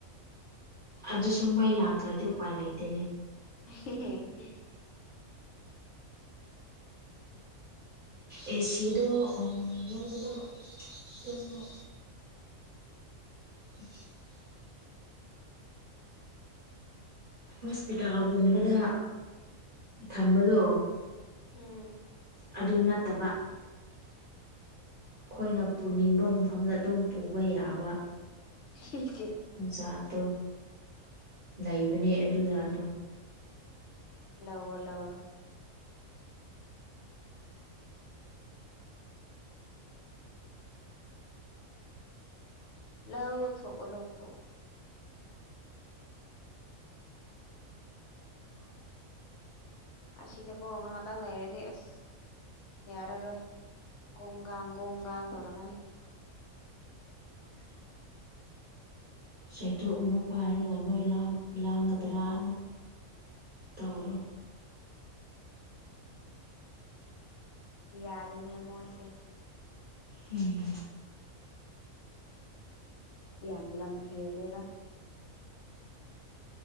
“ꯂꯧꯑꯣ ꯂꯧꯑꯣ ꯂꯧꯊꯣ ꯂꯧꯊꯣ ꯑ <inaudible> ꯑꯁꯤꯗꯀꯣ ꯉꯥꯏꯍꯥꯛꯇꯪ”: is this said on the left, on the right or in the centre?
Left